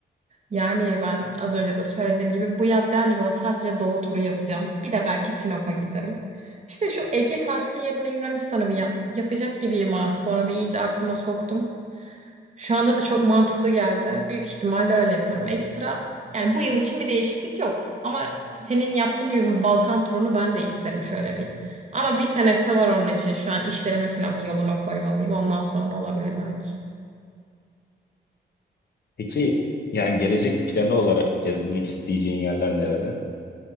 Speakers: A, on the right; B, on the left.
A: Yani ben az önce de söylediğim gibi bu yaz galiba sadece Doğu turu yapacağım. Bir de belki Sinop'a giderim. İşte şu Ege tatili yerine Yunanistan'ı bir yap- yapacak gibiyim artık. Onu bir iyice aklıma soktum. Şu anda da çok mantıklı geldi. Büyük ihtimalle öyle yaparım. Ekstra yani bu yıl için bir değişiklik yok. Ama senin yaptığın gibi bu Balkan turunu ben de isterim şöyle bir. Ama bir senesi var onun için. Şu an işlerime falan bir yoluna koymalıyım. Ondan sonra olabilir belki.
B: Peki yani gelecek planı olarak gezmek isteyeceğin yerler nereler?